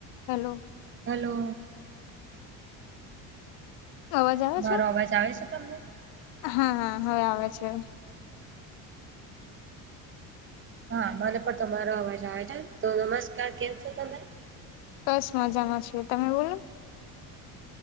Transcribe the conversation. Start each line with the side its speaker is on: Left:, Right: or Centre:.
Left: Hello
Right: hello
Left: અવાજ આવે
Right: મારો
Left: છે
Right: અવાજ આવે છે તમને
Left: હા હા હવે આવે છે
Right: હા મને પણ તમારો અવાજ આવે છે તો નમસ્કાર કેમ છો તમે
Left: બસ મજામાં છું તમે બોલો ન